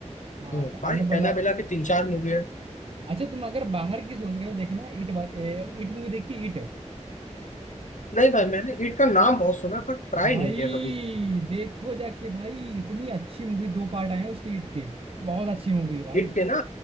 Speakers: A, on the right; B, on the left.
A: हाँ
B: नहीं,
A: हाँ
B: भाई
A: एनाबेला
B: एनाबेला की तीन चार मूवी है
A: अच्छा तुम अगर बाहर की सोच रहे हो देखना इट इट मूवी देखी इट
B: नहीं भाई मैंने ईट का नाम बहुत सुना है पर ट्राई
A: भाई
B: नहीं किया कभी
A: देखो जाके भाई इतनी अच्छी मूवी दो पार्ट आए हैं उसके हिट के बहुत अच्छी मूवी है भाई
B: ईट के ना